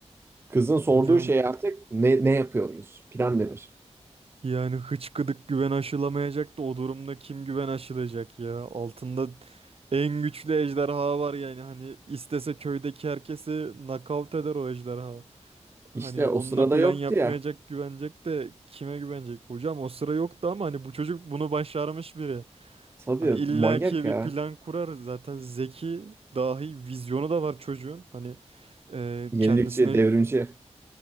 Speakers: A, on the right; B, on the right.
A: kızın sorduğu
B: Hocam
A: şey artık ne ne yapıyoruz? Plan denir.
B: Yani hıçkıdık güven aşılamayacak da o durumda kim güven aşılayacak ya? Altında en güçlü ejderha var yani hani istese köydeki herkesi nakavt eder o ejderha. Hani
A: İşte
B: onunla
A: o sırada
B: plan
A: yoktu
B: yapmayacak
A: ya.
B: güvenecek de kime güvenecek? Hocam o sıra yoktu ama hani bu çocuk bunu başarmış biri.
A: Tabii
B: Hani illaki
A: manyak ya.
B: bir plan kurar zaten zeki dahi vizyonu da var çocuğun. Hani e,
A: Yenilikçi,
B: kendisine
A: devrimci.